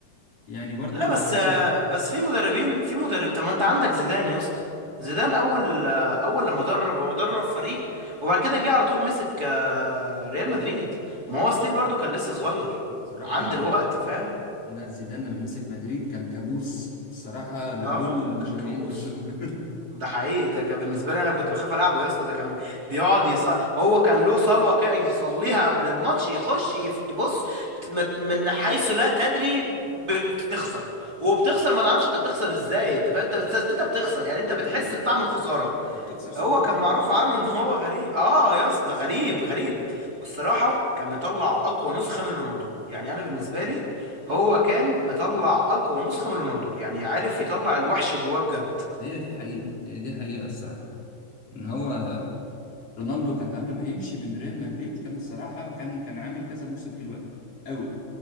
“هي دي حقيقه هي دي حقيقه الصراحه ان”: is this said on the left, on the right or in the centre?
Left